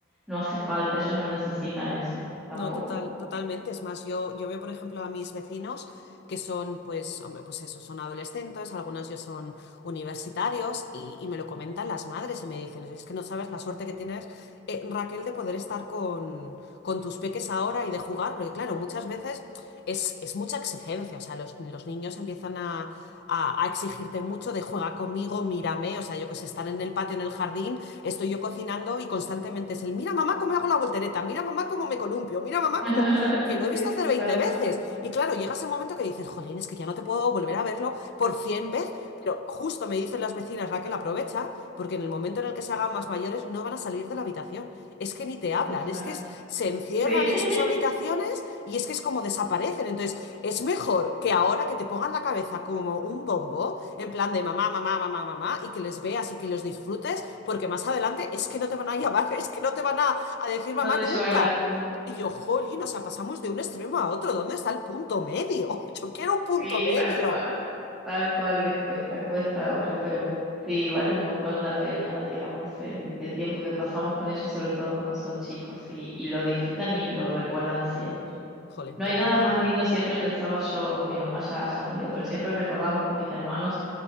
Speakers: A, in the centre; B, on the left.
A: no hace falta, ellos no necesitan eso tampoco.
B: No, total, totalmente. Es más, yo, yo veo, por ejemplo, a mis vecinos que son, pues, hombre, pues eso, son adolescentes, algunos ya son universitarios y, y me lo comentan las madres y me dicen, es que no sabes la suerte que tienes, eh, Raquel, de poder estar con, con tus peques ahora y de jugar, porque claro, muchas veces es, es mucha exigencia, o sea, los, los niños empiezan a, a, a exigirte mucho de juega conmigo, mírame, o sea, yo que sé, están en el patio, en el jardín, estoy yo cocinando y constantemente es el, mira mamá cómo hago la voltereta, mira mamá cómo me columpio, mira mamá
A: <laughs>
B: cómo... que
A: Sí,
B: lo he visto hacer 20
A: tal
B: veces.
A: cual.
B: Y claro, llega ese momento que dices, jolín, es que ya no te puedo volver a verlo por 100 veces, pero justo me dicen las vecinas, Raquel, aprovecha, porque en el momento en el que se hagan más mayores no van a salir de la habitación. Es que ni te hablan,
A: Exacto.
B: es que es- se encierran
A: Sí,
B: en
A: <laughs>
B: sus habitaciones y es que es como desaparecen. Entonces, es mejor que ahora que te pongan la cabeza como un bombo, en plan de mamá, mamá, mamá, mamá, y que les veas y que los disfrutes, porque más adelante es que no te van a llamar, <laughs> es que no te van a, a decir mamá
A: no te
B: nunca.
A: llevan la punta.
B: Y yo, jolín, o sea, pasamos de un extremo a otro. ¿Dónde está el punto medio? <laughs> Yo quiero un punto
A: Sí,
B: medio.
A: tal cual, tal cual les cuesta, cuesta ahora, pero sí, vale un montón la pena, digamos, el, el tiempo que pasamos con ellos, sobre todo cuando son chicos, y, y lo disfrutan y lo recuerdan siempre.
B: Jolín,
A: No
B: qué
A: hay
B: interesante.
A: nada más lindo, siempre pensaba yo, mi mamá ya, ya murió, pero siempre recordamos con mis hermanos